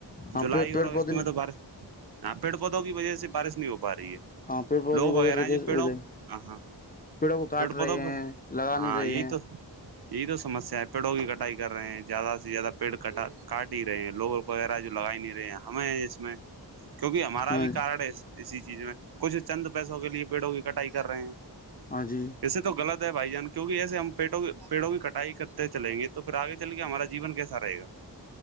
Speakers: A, on the left; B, on the right.
A: ہاں
B: جولائی
A: پیڑ
B: اور اگست
A: پودے
B: میں تو بارش- ہاں پیڑ پودوں کی وجہ سے بارش نہیں ہو پا رہی ہے
A: ہاں پیڑ پودے
B: لوگ
A: کی
B: وغیرہ
A: وجہ سے
B: ہیں
A: کیسے
B: جو پیڑوں
A: ہو جائے
B: ہ ہاں
A: پیڑوں کو کاٹ
B: پیڑ پودوں
A: رہے ہیں
B: پر
A: لگا
B: ہاں
A: نہیں رہے
B: یہی
A: ہیں
B: تو- یہی تو سمسیا ہے پیڑوں کی کٹائی کر رہے ہیں زیادہ سے زیادہ پیڑ کاٹ ہی رہے ہیں لوگ- وغیرہ جو لگا نہیں رہے ہیں ہمیں اس میں کیوںکہ ہمارا
A: ہاں
B: بھی کارڈ ہے اسی چیز میں کچھ چند پیسوں کے لیے پیڑوں کی کٹائی کر رہے ہیں
A: ہاں جی
B: ویسے تو غلط ہے بھائی جان کیوں نکہ ایسے ہم پیڑو پیڑو کے کٹائی کرتے چلیں گے تو پھر آگے چل کے ہمارا جیون کیسا رہےا